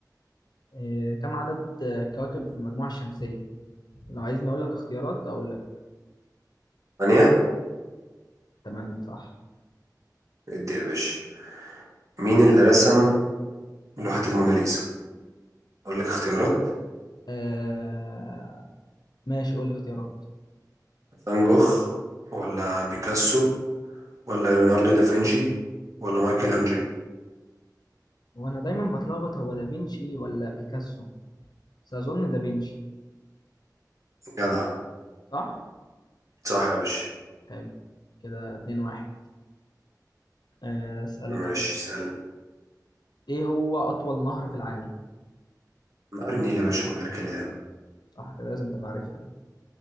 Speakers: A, on the left (about 70°); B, on the right (about 45°).
A: إيه كم عدد كواكب في المجموعة الشمسية لو عايزني أقول لك اختيارات أقول لك
B: ثانية
A: تمانية صح
B: ادي يا باشا مين اللي رسم لوحة الموناليزا أقول لك اختيارات
A: آه ماشي قول لي اختيارات
B: فان جوخ ولا بيكاسو ولا ليوناردو دافنشي ولا مايكل أنجلو
A: وأنا دايما بتلخبط هو دافينشي ولا بيكاسو بس أظن دافينشي
B: جدع
A: صح
B: صح يا باشا
A: حلو كده اتنين واحد آه، أسألك
B: ماشي سهل
A: ايه هو اطول نهر في العالم
B: نهر النيل يا باشا من غير كلام
A: صح كده لازم تبقى عارفها دي